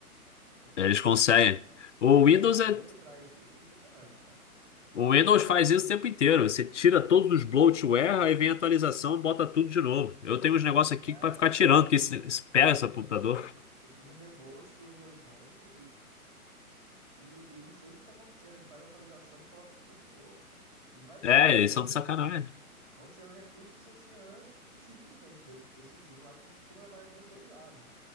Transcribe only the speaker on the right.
sim.
A engenharia
por trás disso é impressionante, cara.
Cara,
eu fiz
eu,
é, eu fiz um debloat do Windows 11 e, e, e não sei o que tá acontecendo. Ele faz a atualização e coloca tudo de novo. E vai tirando
recursos,
vão tirando recursos que você tinha antes e que simplesmente de- decidiram lá que, que não é mais você usar, né?